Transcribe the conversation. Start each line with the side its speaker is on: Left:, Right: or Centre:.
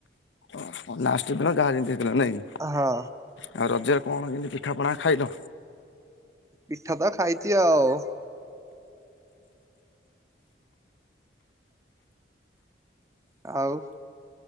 Left: ଓହୋଃ ଲାଷ୍ଟ ଦିନ ଯାହା ଯେମିତି ହେଇଥିଲା। ନାଁ କି?
Right: ହଁ।
Left: ଆଉ ରଜରେ କଣ କେମିତି ପିଠାପଣା ଖାଇଲ?
Right: ପିଠା ପା ଖାଇଛି ଆଉ ଆଉ